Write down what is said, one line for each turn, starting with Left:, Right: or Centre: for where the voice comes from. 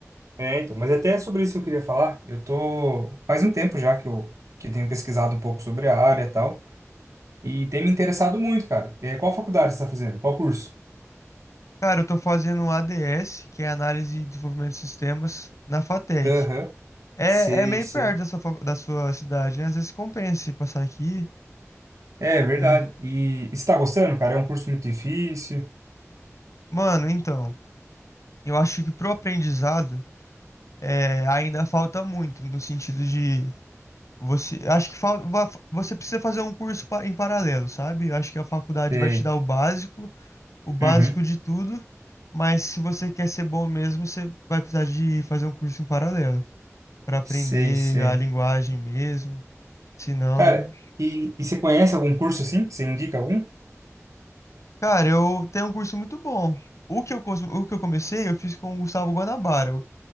Right: é, então, mas é até sobre isso que eu queria falar. Eu tô, faz um tempo já que eu, que eu tenho pesquisado um pouco sobre a área e tal. E tem me interessado muito, cara. É, qual faculdade você tá fazendo? Qual curso?
Left: Cara, eu tô fazendo ADS, que é Análise e Desenvolvimento de Sistemas, na FATEC.
Right: Aham.
Left: É,
Right: Sei,
Left: é meio
Right: sei.
Left: perto da sua, fa- da sua cidade, né? Às vezes compensa se passar aqui.
Right: É é verdade.
Left: É.
Right: E está gostando, cara? É um curso muito difícil.
Left: Mano, então, eu acho que pro aprendizado é, ainda falta muito, no sentido de você. Acho que falta, você precisa fazer um curso pa- em paralelo, sabe? Eu acho que a faculdade
Right: Sei.
Left: vai te dar o básico, o básico
Right: Uhum.
Left: de tudo, mas se você quer ser bom mesmo, você vai precisar de fazer um curso em paralelo. pra aprender
Right: Sei, sei.
Left: a linguagem mesmo. Se não,
Right: Cara,
Left: nem.
Right: e, e você conhece algum curso assim? Você indica algum?
Left: Cara, eu tenho um curso muito bom. O que eu, cons- o que eu comecei, eu fiz com o Gustavo Guanabara.